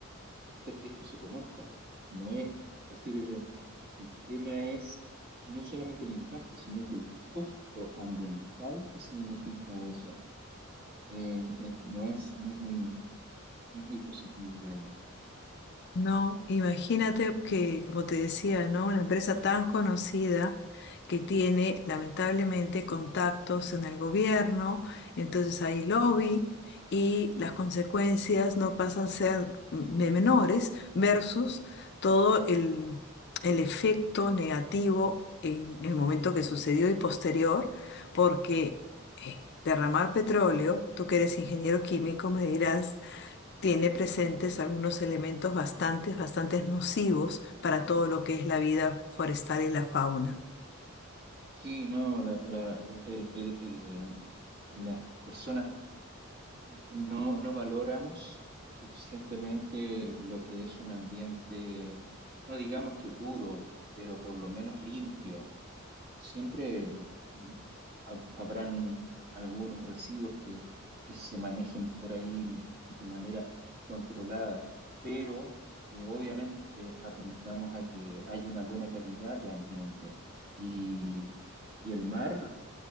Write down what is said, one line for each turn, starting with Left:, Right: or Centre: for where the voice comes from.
Right: hacer que esto se conozca. No es, es decir, el, el tema es no solamente el impacto, sino que el costo ambiental que significa eso. Eh, eh, no es, no es muy, no es muy positivo realmente.
Left: No, imagínate que, como te decía, ¿no? Una empresa tan conocida que tiene lamentablemente contactos en el gobierno, entonces hay lobby y las consecuencias no pasan a ser de menores versus todo el, el efecto negativo en el momento que sucedió y posterior, porque eh, derramar petróleo, tú que eres ingeniero químico, me dirás tiene presentes algunos elementos bastante, bastante nocivos para todo lo que es la vida forestal y la fauna.
Right: Sí, no, la- la- el- el- el- las personas no, no valoramos suficientemente lo que es un ambiente, no digamos que puro, pero por lo menos limpio. Siempre mm, ha- habrán algunos residuos que, que se manejen por ahí de manera controlada, pero eh, obviamente apuntamos a que hay una buena calidad de ambiente y, y el mar